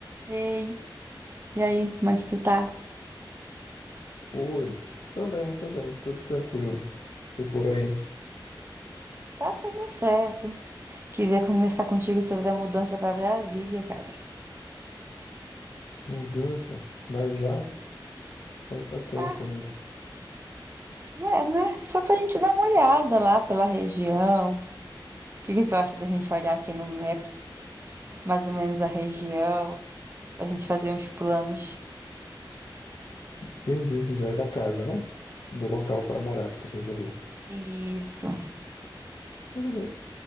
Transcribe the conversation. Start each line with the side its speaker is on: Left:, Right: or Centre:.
Right: Ei, e aí, como é que tu tá?
Left: Oi, tô bem, tô bem, tudo tranquilo. E por aí?
Right: Tá tudo certo. Queria conversar contigo sobre a mudança pra Brasília, cara.
Left: Mudança, mas já falta tempo
Right: Ah,
Left: ainda.
Right: é, né? Só pra gente dar uma olhada lá pela região. O que que tu acha da gente olhar aqui no Maps, mais ou menos a região, pra gente fazer uns planos?
Left: Entendi, já é da casa, né? Do local pra morar que tu quer saber.
Right: Isso.
Left: Tudo bem.